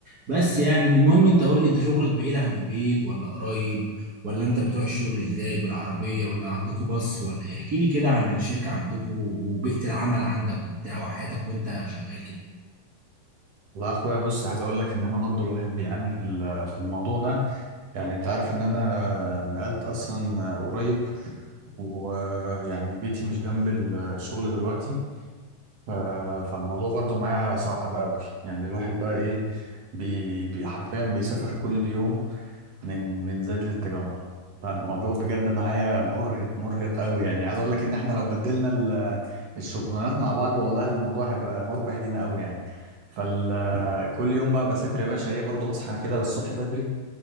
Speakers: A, on the right; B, on the right.
A: بس يعني المهم انت قول لي انت شغلك بعيد عن البيت ولا قريب ولا انت بتروح الشغل ازاي بالعربية ولا عندكوا باص ولا ايه احكي لي كده عن الشركة عندكوا وبيئة العمل عندك وبتاع وحياتك وانت شغال كده
B: والله يا اخويا بص عايز اقول لك ان انا برضو الواحد بيعاني في ال- في الموضوع ده يعني انت عارف ان انا نقلت اصلا قريب ويعني بيتي مش جنب الشغل دلوقتي ف- فالموضوع برضو معايا صعب قوي يعني الواحد بقى ايه بي بي- حرفيا بيسافر كل يوم من من زايد للتجمع فالموضوع بجد معايا مرهق مرهق قوي يعني عايز اقول لك ان احنا لو بدلنا ال- الشغلانات مع بعض والله الموضوع هيبقى مربح لينا قوي يعني فكل يوم بقى بسافر يا باشا ايه برضو اصحى كده للصبح بدري